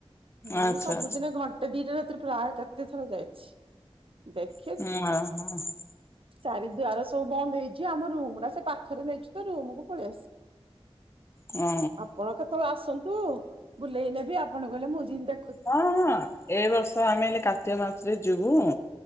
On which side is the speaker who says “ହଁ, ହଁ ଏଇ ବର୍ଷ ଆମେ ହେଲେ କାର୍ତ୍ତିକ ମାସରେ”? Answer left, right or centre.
Left